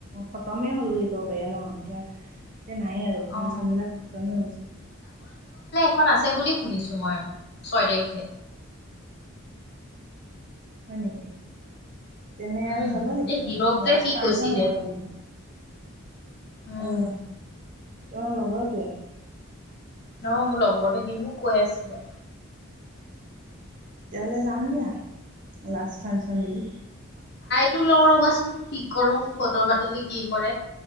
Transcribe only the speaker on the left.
অ
খন আছে বুলি শুনিছো মই ছয় তাৰিখে
উম
এই হিৰক
যে সি
কৈছিলে
উম
অ মোৰ লগৰতে সি মোক কৈ আছিলে
টো লওঁ ৰ'বাচোন, কি কৰো বতৰ বাতল কি কৰে,